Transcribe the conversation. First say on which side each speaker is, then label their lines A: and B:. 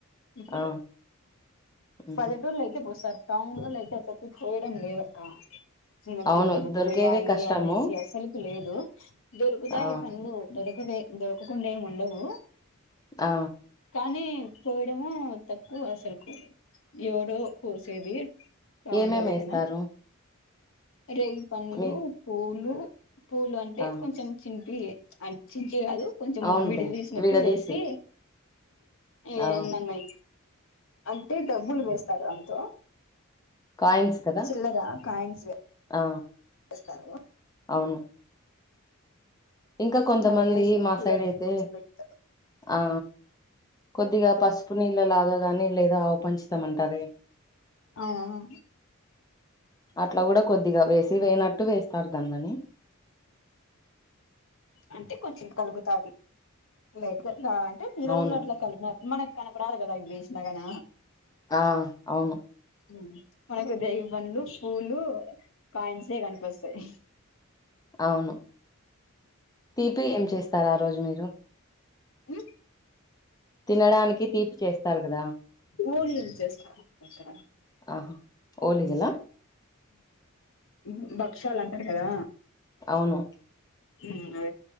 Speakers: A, on the left; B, on the left.
A: ఇప్పుడు
B: ఆ ఉహు.
A: పల్లెటూరులో అయితే పోస్తారు టౌన్ లో అయి సపో చేయడం లేదు అక్క చిన్నపిల్లలకు
B: అవును దొరికేదే
A: పోయాలి
B: కష్టము
A: అనేసి అసలుకి లేదు దొరుకుతాయి
B: ఆ
A: ఈ పండ్లు దొరకవే దొరక కుండా ఏమి ఉండవు
B: ఆ
A: కానీ పోయడము తక్కవే అసలుకు ఎవడో పోసేది టౌన్లలో
B: ఏమీమి
A: అయితేనా
B: వేస్తారు
A: రేగి పండ్లు,
B: మీ
A: పూలు పూలు అంటే
B: ఆ
A: కొంచెం చింపి ఆన్ టే కాదు కొంచెం
B: అవునులే
A: విడి తీసినట్టు
B: విడదీసి
A: వేసి ఏన్ననా
B: ఆ
A: అంటే డబ్బులు వేస్తారు అంతో
B: కాయిన్స్ కదా
A: చిల్లర కాయన్స్ వే
B: ఆ
A: వేస్తారు
B: అవును ఇంకా కొంతమంది
A: అవి వేసి
B: మా
A: పిల్లలను
B: సైడ్ అయితే
A: కూర్చోబెడతారు
B: ఆ కొద్దిగా పసుపు నీళ్ళ లాగా గాని లేదా ఆవ పంచితం అంటారే
A: ఆ ఆ
B: అట్లా కూడా కొద్దిగా వేసి వేయి నట్టు వేస్తారు దాన లని
A: అంటే కొంచెం కలుగుతాది లైట్గా కా అంటే పిల్లలల్లో
B: అవును
A: అట్లా కలిపి నట్లు మన కనపరాదు కదా అవి వేసిన గాన
B: ఆ అవును
A: ఉ మనకు రేగి పండ్లు, పూలు కాయిన్స్ ఏయ్ కనిపిస్తాయి.
B: అవును తీపి ఏం చేస్తారా ఆ రోజు మీరు
A: ఉ
B: తినడానికి తీపి చేస్తారు కదా
A: ఓన్లీ చేస్తారు ఇక్కడ
B: ఆహా ఓలిగల
A: ఉ భక్షాలు అంటారు కదా
B: అవును
A: ఉ ఆ